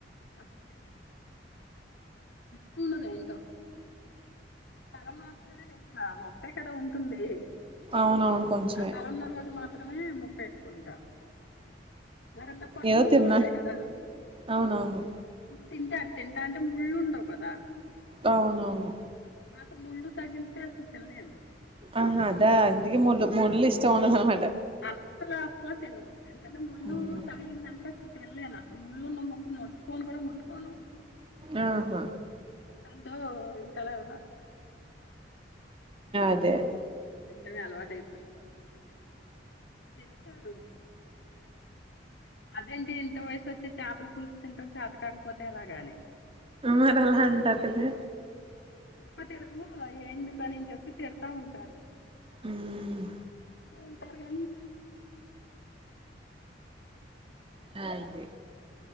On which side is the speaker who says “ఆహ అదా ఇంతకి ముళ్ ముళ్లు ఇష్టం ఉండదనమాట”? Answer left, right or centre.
Right